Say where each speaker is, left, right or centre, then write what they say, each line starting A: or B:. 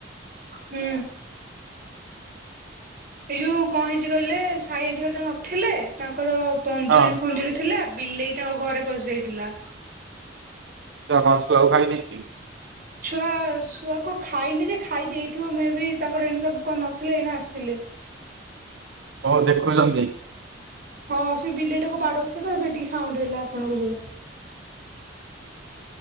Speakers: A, on the right; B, on the right.
A: ହୁଁ, ଏଇ ଯୋଉ କଣ ହେଇଛି କହିଲେ ସାଇ ଆଣ୍ଟୀ କାଲି ତ ନଥିଲେ ତାଙ୍କର ପଞ୍ଜୁରୀ
B: ହଁ
A: ଫଞ୍ଜୁରୀ ଥିଲା ବିଲେଇ ତାଙ୍କ ଘରେ ପଶି ଯାଇଥିଲା
B: କଣ ଶୁଆକୁ ଖାଇଦେଇଛି।
A: ଛୁଆ ଛୁଆ କ ଖାଇନି ଯେ ଖାଇ ଦେଇଥିବ ମେ ବି ତାଙ୍କର ଏଣ ତା କଣ ନଥିଲେ ଏଇନା ଆସିଲେ।
B: ହଁ ଦେଖୁଛନ୍ତି।
A: ହଁ ସେ ବିଲେଇଟାକୁ ବାଡଉଥିଲା ତ ଏବେ ଟିକେ ସାଉଣ୍ଡ ହେଇଲା ଆପଣଙ୍କୁ ଯୋଉ